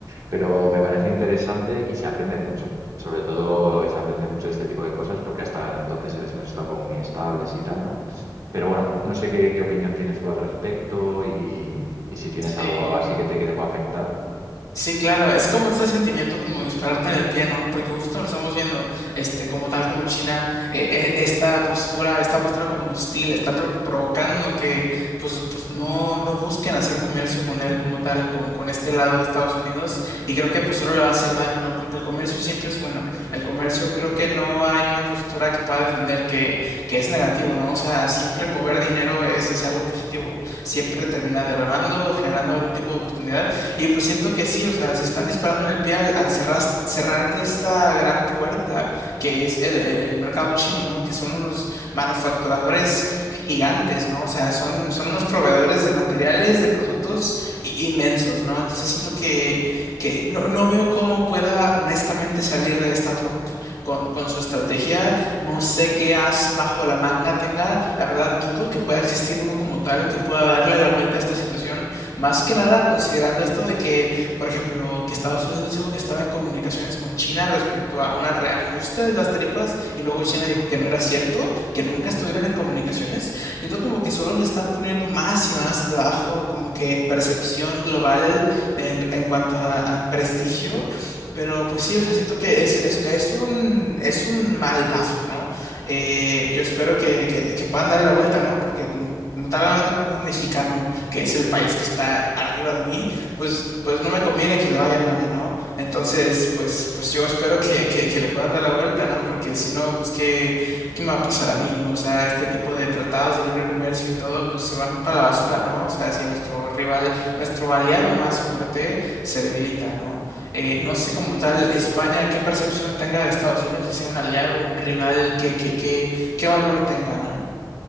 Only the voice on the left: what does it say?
Sí.
Sí, claro, es como este sentimiento como dispararte en el pie, ¿no? Porque justo lo estamos viendo, este, como tal, como China, eh, e- esta postura, esta postura como hostil, está pro- provocando que, pues, pues no, no busquen hacer comercio con él
como tal, con, con este lado de Estados Unidos, y creo que pues solo le va a hacer daño, ¿no? Porque el comercio siempre es bueno, el comercio creo que no hay una postura que pueda defender que, que es negativo, ¿no? O sea, siempre mover dinero es, es algo positivo, siempre termina derramando, generando algún tipo de oportunidad y pues siento que sí, o sea, se están disparando en el pie al, al cerras- cerrarte esta gran puerta que es el, el- el mercado chino, ¿no? Que son unos manufacturadores gigantes, ¿no? O sea, son, son unos proveedores de materiales, de productos i- inmensos, ¿no? Entonces siento que, que no, no veo cómo pueda honestamente salir de esta Trump con, con su estrategia. No sé qué as bajo la manga tenga. La verdad, dudo que pueda existir uno como tal que pueda darle la vuelta a esta situación más que nada considerando esto de que, por ejemplo, que Estados Unidos dijo que estaba en comunicaciones con China respecto a un reajuste de las tarifas y luego China dijo que no era cierto, que nunca
estuvieron en comunicaciones. Siento como que solo le están poniendo más y más debajo, como que en percepción global en, en cuanto a, a prestigio. Pero pues sí, o sea, siento que es, es, es un, es un mal paso, ¿no? Eh, yo espero que, que, que puedan darle la vuelta, ¿no? Porque como, como estar hablando como un mexicano que es el país que está arriba de mí, pues, pues no me conviene que le vaya mal, ¿no? Entonces, pues, pues yo espero que, que, que le puedan dar la vuelta, ¿no? Porque si no, pues qué, qué me va a pasar a mí, ¿no? O sea, este tipo de tratados de libre comercio y todo, pues se van para la basura, ¿no? O sea, si nuestro rival, nuestro aliado más fuerte se debilita, ¿no? Eh,
no sé como tal España, qué percepción tenga de Estados Unidos, si sea un aliado, un rival, qué, qué, qué, qué valor tenga, ¿no?